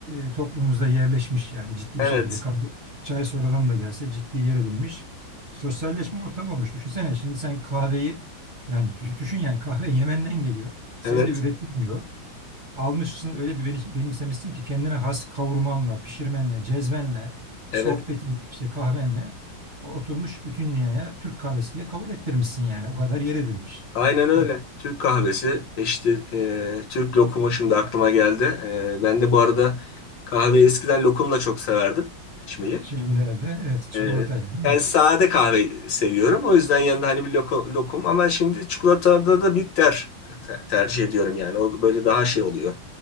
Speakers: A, on the right; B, on the left.
A: e, toplumumuzda yerleşmiş yani ciddi
B: Evet
A: bir şekilde. Kahve, çay sonradan da gelse ciddi yer edinmiş. Sosyalleşme ortamı olmuş. Düşünsene şimdi sen kahveyi yani dü- düşün yani kahve Yemen'den geliyor. Sen
B: evet
A: de üretilmiyor. Almışsın öyle bir beni- benimsemişsin ki kendine has kavurmanla, pişirmenle, cezvenle, sohbetin
B: evet
A: işte kahvenle o- oturmuş bütün dünyaya Türk kahvesi diye kabul ettirmişsin yani. O kadar yer edinmiş.
B: Aynen öyle.
A: Yani
B: Türk kahvesi işte e, Türk lokumu şimdi aklıma geldi. E, ben de bu arada kahveyi eskiden lokumla çok severdim içmeyi.
A: şeylerde evet çikolatayla
B: E,
A: değil mi?
B: ben sade kahve seviyorum. O yüzden yanında hani bir loko- lokum ama şimdi çikolatada da bitter te- tercih ediyorum yani. O böyle daha şey oluyor.